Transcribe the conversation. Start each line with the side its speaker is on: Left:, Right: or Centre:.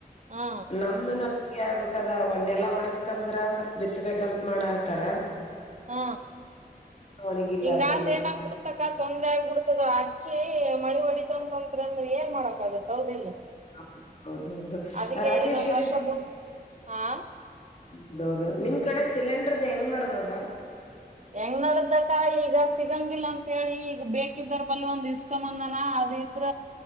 Right: ಹಾ
Left: ನಮ್ದುನು ಕೇಳ್ಬಿಟ್ಟದ ಒಣ್ಣೆಲ್ಲಾ ಒಣಗ್ ತಂದ್ರ ಸ್ವಲ್ಪ ಬಿತ್ತಬೇಕಂತ್ ಮಾಡತಾರ.
Right: ಹಾ
Left: ಒಣಗಿಲ್ಲ
Right: ಇಂಗಾದ್ರೆ
Left: ಅದನ್ನ
Right: ಏನ್ ಆಗ್ಬಿಡುತ್ ತಕ ತೊಂದರೆ ಆಗ್ಬ ಬಿಡ್ತದ ಅಜ್ಜಿ ಮಳಿ ಹೊಡಿತ ತೊಂದ್ರ ಅಂದ್ರೆ ಏನ್ ಮಾಡಕ ಆಗುತ್ತ ಹೌದಿಲ್ಲ
Left: ಹ ಹೌದ ಹೌದು
Right: ಅದಕ್ಕೆ
Left: ರಾಜೇಶ್ವರಿ
Right: ಇದೊಂದ್ ವರ್ಷ ಬಿಟ್ ಹಾ
Left: ಹೌದೌದು ನಿಮ್ ಕಡೆ ಸಿಲಿಂಡರ್ದ ಹೆಂಗ್ ನಡದದ
Right: ಹೆಂಗ್ ನಡದ್ದಕ್ಕ ಈಗ ಸಿಗಂಗಿಲ್ಲ ಅಂತೇಳಿ ಈಗ ಬೇಕಿದ್ದರ್ ಬಲ್ ಒಂದ್ ಇಸ್ಕೊಂದನ ಅದ ದ್ರ